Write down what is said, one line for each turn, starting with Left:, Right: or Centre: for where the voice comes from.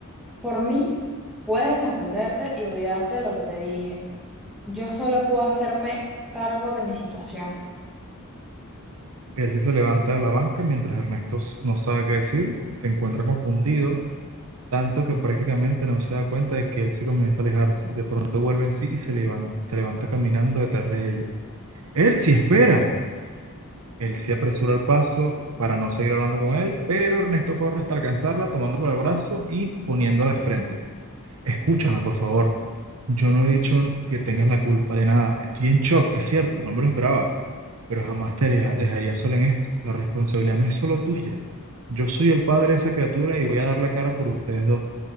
Centre: Por mí, puedes desentenderte y olvidarte de lo que te dije. Yo solo puedo hacerme cargo de mi situación.
Right: Él sí se levanta de la banca mientras Ernesto s- no sabe qué decir, se encuentra confundido, tanto que prácticamente no se da cuenta de que él se comienza a alejarse. De pronto vuelve en sí y se levan- se levanta caminando detrás de ella. Él sí espera. Él se apresuró al paso para no seguir hablando con él, pero Ernesto corre hasta alcanzarla, tomándola por el brazo y poniéndola de frente. Escúchame, por favor. Yo no he dicho que tengas la culpa de nada. Estoy en shock, es cierto, no me lo esperaba, pero jamás te deja- dejaría sola en esto. La responsabilidad no es solo tuya. Yo soy el padre de esa criatura y voy a dar la cara por ustedes dos.